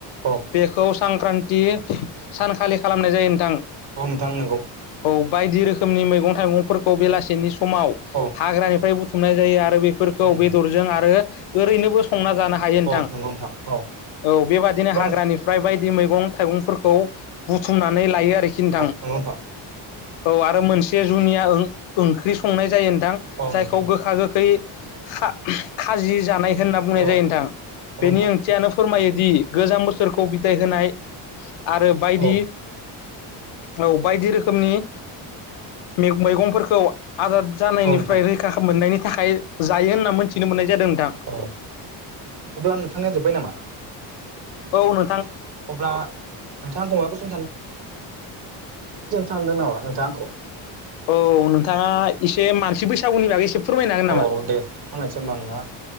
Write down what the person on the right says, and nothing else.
औ
औ नोंथां नोंगौ
औ
नंगौ
औ नंगौ औ
औ
नंगौ नोंथां
नोंथां
औ
नोंथां
औ
औ नोंथां
औ अब्ला नोंथांनिा जोब्बाय नामा
अब्ला नोंथांं बमाखौसों सान <unintelligible>
औ
दे फोरमायनोसै होमबा आं ना